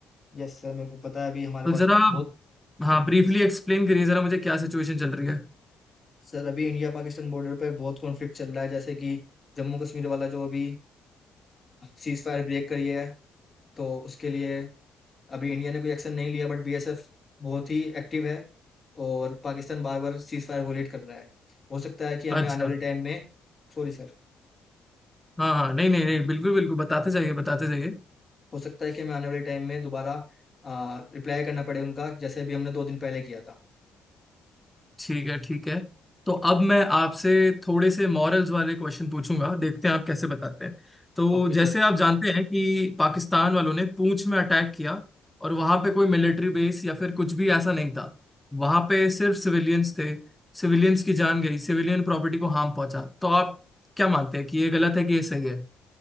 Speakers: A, on the left (about 30°); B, in the centre.
A: Yes sir मेरे को पता है अभी हमारे
B: तो
A: पास
B: जरा
A: बहुत
B: हाँ ब्रीफली
A: yes,
B: एक्सप्लेन करिए जरा मुझे क्या सिचुएशन चल रही है
A: सर अभी इंडिया पाकिस्तान बॉर्डर पे बहुत कॉन्फ्लिक्ट चल रहा है जैसे कि जम्मू कश्मीर वाला जो अभी सीज फायर ब्रेक करी है तो उसके लिए अभी इंडिया ने कोई एक्शन नहीं लिया बट बीएसएफ बहुत ही एक्टिव है और पाकिस्तान बार बार सीज फायर वोलेट कर रहा है हो सकता है कि हमें
B: अच्छा
A: आने वाले टाइम में Sorry sir
B: हाँ हाँ नहीं नहीं नहीं बिल्कुल बिल्कुल बताते जाइए बताते जाइए
A: हो सकता है कि हमें आने वाले टाइम में दोबारा रिप्लाई करना पड़े उनका जैसे भी हमने दो दिन पहले किया था
B: ठीक है ठीक है तो अब मैं आपसे थोड़े से मॉरल्स वाले क्वेश्चन पूछूंगा देखते हैं आप कैसे बताते हैं तो
A: Okay
B: जैसे
A: sir
B: आप जानते हैं कि पाकिस्तान वालों ने पूंछ में अटैक किया और वहां पे कोई मिलिट्री बेस या फिर कुछ भी ऐसा नहीं था वहां पे सिर्फ सिविलियंस थे सिविलियंस की जान गई सिविलियन प्रॉपर्टी को हार्म पहुंचा तो आप क्या मानते हैं कि ये गलत है कि ये सही है